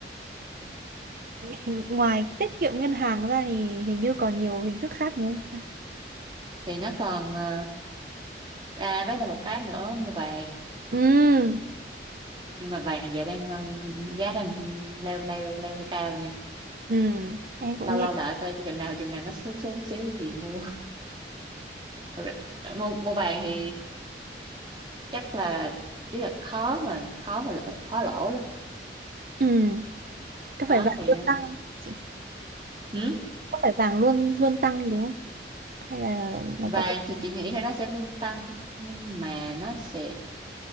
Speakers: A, on the right; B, on the right.
A: ừ hình, ngoài tiết kiệm ngân hàng ra thì hình như còn nhiều hình thức khác đúng không ta
B: thì nó còn ờ, à với là một cái nữa mua vàng
A: ừ
B: nhưng mà vàng giờ đang ờ, giá đang leo leo leo hơi cao nha
A: ừ em cũng
B: lâu lâu
A: nghe
B: đợi coi cho chừng nào chừng nào nó xuống xuống xíu thì mua <laughs> Thật ra, mua mua vàng thì chắc là ý là khó mà khó mà lỗ- khó lỗ lắm
A: ừ có
B: đó
A: phải vàng
B: thì
A: luôn tăng không chị
B: ừ,
A: có phải vàng luôn luôn tăng đúng không hay là nó
B: vàng
A: có thể
B: thì chị nghĩ là nó sẽ luôn tăng nhưng mà nó sẽ